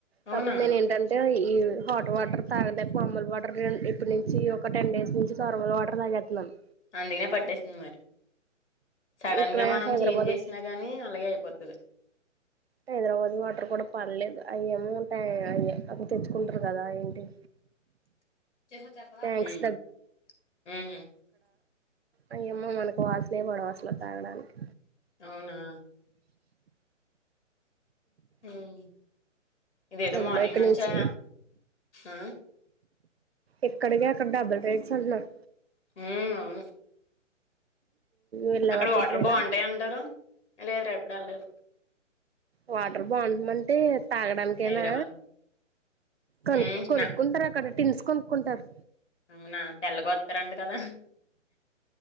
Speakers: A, on the left; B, on the right.
A: అవునా?
B: కాకపోతే నేను ఏంటంటే ఈ హాట్ వాటర్ తాగలే నార్మల్ వాటర్ ఇప్పడు నుంచి ఒక టెన్ డేస్ నుంచి నార్మల్ వాటర్ తాగేస్తున్నాను
A: అందుకనే పట్టేసింది మరి సడన్
B: ఇక్కడ
A: గా మనం
B: హైదరాబాద్
A: చేంజ్ చేసిన కానీ అలాగే అయిపోద్ది
B: హైదరాబాద్ వాటర్ కూడా పలేదు ఏమో టెయ్ తెచ్చుకుంటారు కదా ఏంటి
A: ఉ
B: ట్యాంక్స్
A: ఉ
B: అయ్యేమో మనకు వాసనే పడ అసలు తాగడానికి
A: అవునా హ్మ్. ఇదేదో
B: అమ్మో
A: మార్నింగ్
B: ఇక్కడి
A: నుంచే
B: నుంచి
A: ఆ
B: ఎక్కడికి అక్కడ డబుల్ రేట్స్ ఉంట్నాయ్
A: ఉ అవును
B: వెళ్ళావా
A: అక్కడ
B: అక్క
A: వాటర్
B: ఎప్పుడైనా
A: బాగుంటాయి అంటారు లేదు రేపడు వెళ్లేదు
B: వాటర్ బాగుంటుమంటే తాగడానికేనా
A: హైదరాబాద్
B: కనుక్
A: మ్మ్
B: కొనుక్కుంటారు
A: నా
B: అక్కడ టిస్ కొనుక్కుంటారు
A: అవునా తెల్లగొస్తారండి కదా